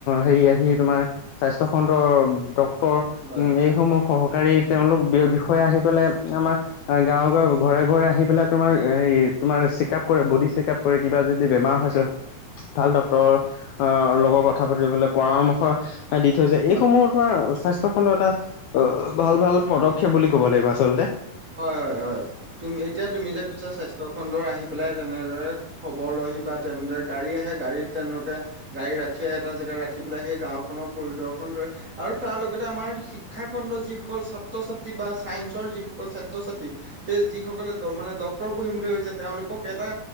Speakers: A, on the left; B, on the right.
A: হেৰি আহি তোমাৰ স্বাস্থ্য খণ্ডৰ
B: হয়, হয়,
A: উম যিসমূহ সহকাৰী তেওঁলোক বি বিষয়ে আহি পেলাই আমাৰ গাঁৱে গাঁৱে ঘৰে ঘৰে আহি পেলাই তোমাৰ হেৰি তোমাৰ চেকাব কৰে, বদি চেকাব কৰে, কিবা যদি বেমাৰ হৈছে ভাল আহ লগত কথা পাতিবলৈ পৰামৰ্শ দি থৈ যায়।
B: হয়,
A: এইসমূহত তোমাৰ স্বাস্থ্য খণ্ডৰ এটা অ ভাল ভাল পদক্ষেপ বুলি ক'ব লাগিব আচলতে।
B: হয় হয় হয় তুম এতিয়া তুমি যে কৈছা স্বাস্থ্য স্থাথ্য খণ্ডৰ আহি পেলাই তেনেদৰে খবৰ লয়হি বা তেনেদৰে গাড়ী আহে গাড়ীত তেনেলোকে গাড়ী ৰাখে এটা জেগা ৰাখি পেলাই সেই গাঁওখনৰ পৰিদৰ্শন কৰে আৰু তাৰ লগতে আমাৰ শিক্ষাখণ্ডৰ যিসকল ছাত্ৰ-ছাত্ৰী বা ছায়েন্সৰ যিসকল অকল ছাত্ৰ-ছাত্ৰী সেই যিসকলে মানে ডক্টৰ পঢ়িম বুলি ভাবিছে, তেওঁলোকক এটা